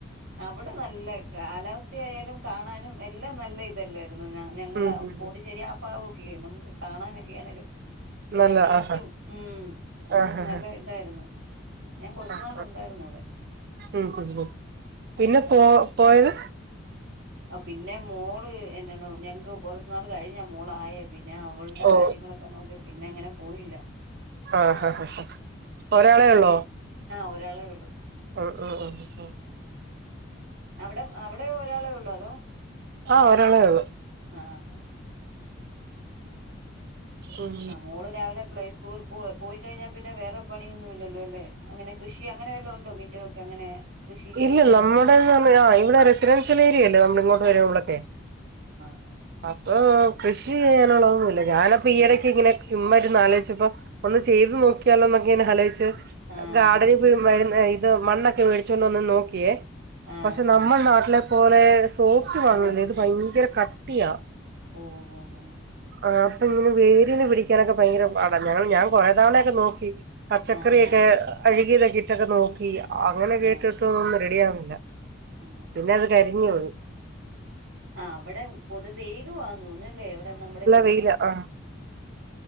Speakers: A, on the right (about 80°); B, on the right (about 55°).
A: അവിടെ നല്ല കാലാവസ്ഥയാലും കാണാനും എല്ലാം നല്ല ഇതല്ലേ <unintelligible> ഞങ്ങളാ
B: ഉം ഉം
A: പോണ്ടിച്ചേരി ആ ഫാഗ ഒക്കെ നമുക്ക് കാണാനൊക്കെ ആണേലും
B: നല്ല
A: എല്ല ബീച്ചും
B: ആഹാ
A: ഉം അങ്ങനെ
B: ആഹ് ആഹ്
A: നല്ല ഇതാരുന്നു ഞാൻ കൊറച്ചു
B: ആഹ് ആഹ്
A: നാൾ ഒണ്ടായിരുന്നു അവിടെ
B: ഉം ഉം ഉം പിന്നെ പോ പോയത്
A: ആ പിന്നെ മോള് എന്നാണ്ണോ ഞങ്ങക്ക് കൊറച്ച് നാള് കഴിഞ്ഞാ മോൾ ആയേ പിന്നെ അവളുടെ
B: ഓ
A: കാര്യങ്ങളൊക്ക നോക്കി പിന്നെ അങ്ങനെ പോയില്ല
B: ആഹ് ആഹ് ആഹ് ഒരാളെ ഒള്ളോ
A: ആഹ് ഒരാളെ ഒള്ളൂ
B: ആഹ് അഹ് ആഹ്
A: അവിടെം അവിടേം ഒരാളേ ഒള്ളോ അതോ
B: ആഹ് ഒരാളേ ഒള്ളു
A: ആഹ് ആഹ് ആഹ്
B: ഉം
A: ആഹ് മോള് രാവിലെ പ്ലെ സ്കൂള് സ്‌കൂള് പോയി കഴിഞ്ഞാ പിന്നെ വേറെ പണിയൊന്നും ഇല്ലല്ലോ അല്ലേ അങ്ങനെ കൃഷി അങ്ങനെ വല്ലോം ഒണ്ടോ മിറ്റോക്കെ അങ്ങനെ കൃഷി ചെയ്യാനുള്ള
B: ഇല്ല നമ്മുടെന്ന് പറഞ്ഞാ ആ ഇവിടെ റെസിഡൻഷ്യൽ ഏരിയല്ലേ നമ്മള് ഇങ്ങോട്ട് വരുമ്പളക്കേ
A: ആഹ്
B: ആഹ് ആ കൃഷി ചെയ്യാനുള്ള ഒന്നുമില്ല ഞാനപ്പ
A: ഒന്നുമില്ല
B: ഈയിടക്ക് ഇങ്ങനെ ചുമ്മാര് ന്ന് ആലോചിച്ചപ്പോ ഒന്ന് ചെയ്ത് നോക്കിയാലൊന്നക്കെ എന്ന് അലോയിച്ച്
A: ആ
B: അ ഗാർഡനി
A: ആ
B: പോയ് <unintelligible> ഇത് മണ്ണൊക്കെ മേടിച്ചോണ്ട് വന്ന് നോക്കിയേ
A: ആ
B: പക്ഷെ
A: ആ
B: നമ്മളെ നാട്ടിലെ പോലെ സോഫ്റ്റ് മണ്ണല്ലേ
A: അങ്ങനെ
B: ഇത് ഭയങ്കര കട്ടിയാ
A: ഓ ഓ ഓ
B: ആഹ് അപ്പൊ ഇങ്ങനെ വേരിന് പിടിക്കാനൊക്ക ഭയങ്കര പാടാ ഞങ്ങള് ഞാൻ കൊറേ തവണയൊക്കെ നോക്കി പച്ചക്കറിയൊക്കെ
A: ആ ആ
B: അഴുകിയതൊക്കെ ഇട്ടക്ക നോക്കി അങ്ങനെ കേട്ടിട്ടൊന്നും
A: ആ ആ
B: റെഡി ആവുന്നില്ല
A: ആ
B: പിന്നെ അത് കരിഞ്ഞ് പോയ്
A: ആഹ് അവടെ പൊതുവെയിലു ആന് തോന്നുല്ലേ ഇവിടെ നമ്മുടെ ഇവിട്
B: വെയ്ലാ ആഹ്